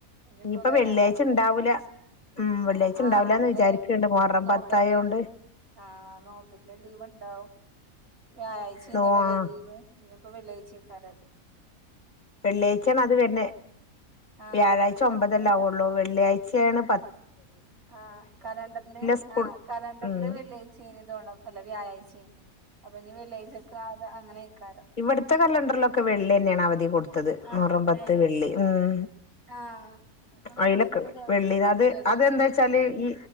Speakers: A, on the right; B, on the left.
A: ഇനിയിപ്പോ
B: ഇഞ്ഞ്‌പ്പ
A: വരാനായിപ്പോ
B: വെള്ളിയാഴ്ച്ചണ്ടാവൂല. ഉം വെള്ളിയാഴ്ച്ചണ്ടാവൂലാന്ന്
A: ഏഹ് ആഹ് അന്ന്
B: വിചാരിക്ക്ണ്ട്. മുഹറം
A: നോമ്പിന്റെ
B: പത്തായോണ്ട്
A: ആഹ് നോമ്പിന്റെ ലീവ്ണ്ടാവും വ്യാഴായ്ച്ചേന്നല്ലൊലേ
B: നോ ആഹ്
A: ലീവ് ഇഞ്ഞ്പ്പൊ വെള്ളിയായ്ച്ചേക്കാരം
B: വെള്ളിയായ്ച്ചേണത് വര്ണ്
A: ആഹ്
B: വ്യാഴാഴ്ച്ച
A: ഇനി പത്ത്
B: ഒമ്പതല്ലെ ആവൊള്ളൂ വെള്ളിയായ്‌ച്ചേണ് പ
A: ആഹ് കലണ്ടറ്‌ല്
B: സ്കൂൾ
A: ആഹ് കലണ്ടറ്‌ല്
B: ഉം
A: വെള്ളിയാ ഴ്ച തോണെ അല്ല വ്യാഴായ്ച്ചേന് അപ്പൊഞ്ഞ് വെള്ളിയാഴ്ച്ചക്ക് അത് അങ്ങനെയ്ക്കാരം
B: ഇവട്ത്തെ കലണ്ടർലൊക്കെ വെള്ളിയന്നേണ് അവധി കൊട്ത്തത്
A: ആണോ
B: മുഹറം പത്ത്
A: ഏ
B: വെള്ളി ഉം
A: ആ ഞങ്ങളെ
B: അയ്ലൊക്കെ
A: ഇവിടെ ഇള്ള
B: വെ
A: കലണ്ടർ
B: വെള്ളി അത്
A: ഇരുപത്തഞ്ച്
B: അതെന്താച്ചാല് ഈ